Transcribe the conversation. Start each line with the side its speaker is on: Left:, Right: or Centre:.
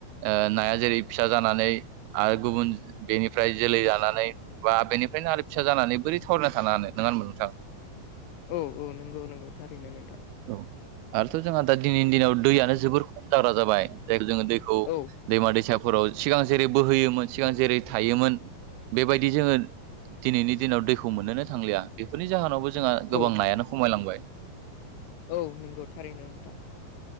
Right: ओ नाया जेरै फिसा जानानै आरो गुबुन बेनिफ्राय जोलै जानानै बा बेनिफ्रायनो आरो फिसा जानानै बोरै थावरिना थानो हानो नङा होमबा नोंथां।
Left: औ औ नंगौ नंगौ थारैनो नोंथां।
Right: औ आरोथ' जोंहा दा दिनैनि दिनाव दैयानो जोबोर खम जाग्रा जाबाय जायखौ जोङो दैखौ
Left: औ
Right: दैमा दैसाफोराव सिगां जेरै बोहोयोमोन सिगां जेरै थायोमोन बेबायदि जोङो दिनैनि दिनाव दैखौ मोननोनो थांलिया बेफोरनि जाहोनावबो जोंहा
Left: औ
Right: गोबां नायानो खमायलांबाय।
Left: औ नंगौ थारैनो नोंथां।